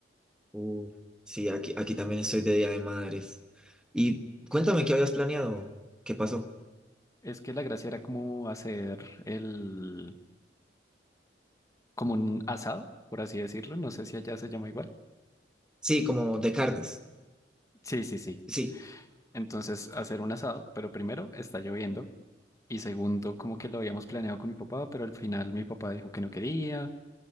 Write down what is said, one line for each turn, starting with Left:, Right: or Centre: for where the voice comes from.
Centre: Uh, sí, aquí, aquí también estoy de Día de Madres. Y cuéntame qué habías planeado, qué pasó.
Left: Es que la gracia era como hacer el, como un asado, por así decirlo. No sé si allá se llama igual.
Centre: Sí, como de carnes.
Left: Sí, sí, sí.
Centre: Sí.
Left: Entonces hacer un asado, pero primero está lloviendo y segundo como que lo habíamos planeado con mi papá, pero al final mi papá dijo que no quería